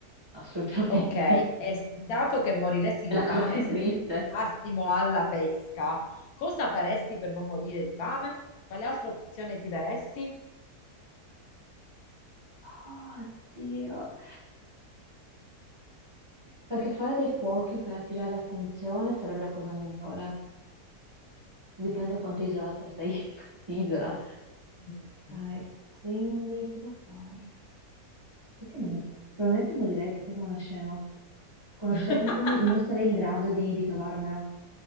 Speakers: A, on the right (about 30°); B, on the left (about 70°).
A: Assolutamente.
B: Ok,
A: <laughs>
B: e dato che moriresti di
A: La
B: fame
A: cosa è
B: se
A: triste.
B: passimo alla pesca, cosa faresti per non morire di fame? Quale altra opzione ti daresti?
A: Ah, Oddio. Perché fare dei fuochi per attirare l'attenzione sarebbe la cosa migliore. Dipende quanto isolata stai <laughs> in isola.
B: Mm.
A: Ok, quindi cosa fai? Perché non... Probabilmente morirei proprio come una scema. Conoscendomi,
B: <laughs>
A: non sarei in grado di, di cavarmela.